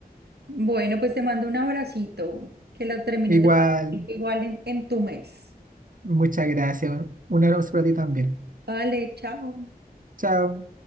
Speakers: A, on the right; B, on the right.
A: Bueno, pues te mando un abracito. Que lo termines
B: Igual,
A: de pasar igual en, en tu mes.
B: muchas gracias. Un abrazo para ti también.
A: Vale, chao.
B: Chao.